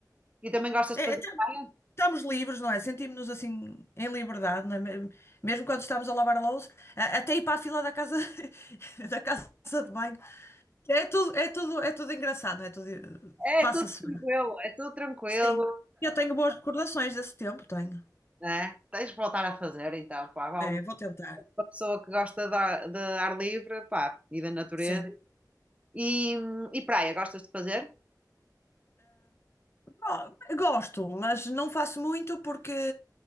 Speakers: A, on the right; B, on the left.
A: E também gostas
B: É,
A: de fazer praia?
B: Estamos livres, não é? Sentimos-nos assim em liberdade, não é? Me- Mesmo quando estamos a lavar a louça, a- até ir para a fila da casa, <laughs> da casa de banho. É tudo, é tudo, é tudo engraçado, não é tudo eh,
A: É
B: passa-se
A: é tudo tranquilo,
B: bem.
A: é tudo tranquilo,
B: Sim. Eu tenho boas recordações desse tempo, tenho.
A: né? Tens de voltar a fazer então, pá, vale
B: É, vou tentar.
A: uma pessoa que gosta de ar, de ar livre, pá, e da natureza.
B: Sim.
A: E, e praia, gostas de fazer?
B: Go- Gosto, mas não faço muito porque